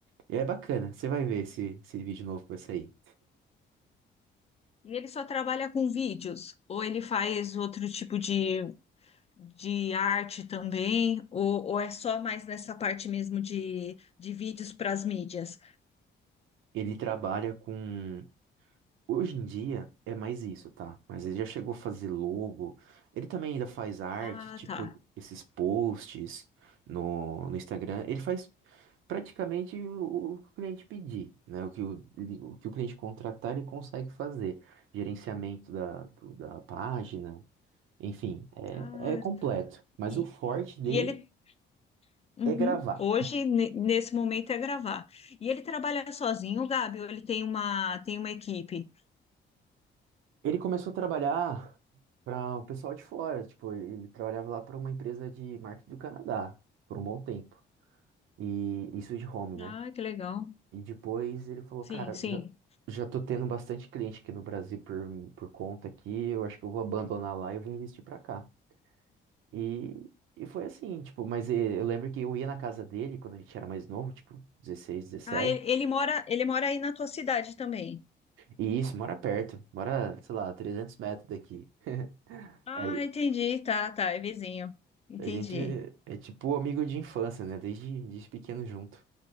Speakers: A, on the right; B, on the left.
A: E é bacana, você vai ver esse, esse vídeo novo que vai sair.
B: E ele só trabalha com vídeos, ou ele faz outro tipo de de arte também, ou, ou é só mais nessa parte mesmo de, de vídeos para as mídias?
A: Ele trabalha com Hoje em dia é mais isso, tá? Mas ele já chegou a fazer logo. Ele também ainda faz arte,
B: Ah,
A: tipo
B: tá.
A: esses posts no, no Instagram. Ele faz praticamente o, o que o cliente pedir, né? O que o, ele- o que o cliente contratar, ele consegue fazer. Gerenciamento da, do- da página, enfim, é,
B: Ah,
A: é completo.
B: tá.
A: Mas
B: E,
A: o forte dele
B: e ele, uhum,
A: é gravar.
B: hoje, ne- nesse momento, é gravar. E ele trabalha sozinho, Gabi, ou ele tem uma, tem uma equipe?
A: Ele começou a trabalhar para o pessoal de fora, tipo, ele trabalhava lá para uma empresa de marketing do Canadá por um bom tempo. E isso de home, né?
B: Ah, que legal.
A: E depois ele falou,
B: Sim,
A: cara,
B: sim.
A: já, já tô tendo bastante cliente aqui no Brasil por, por conta aqui, eu acho que eu vou abandonar lá e vou investir pra cá. E, e foi assim, tipo, mas eh, eu lembro que eu ia na casa dele quando a gente era mais novo, tipo, 16, 17.
B: Ah, ele, ele mora, ele mora aí na tua cidade também.
A: e isso, mora perto, mora, sei lá, 300 metros daqui.
B: Ah,
A: Aí
B: entendi. Tá, tá, é vizinho. Entendi.
A: a gente é tipo amigo de infância, né? Desde, desde pequeno junto.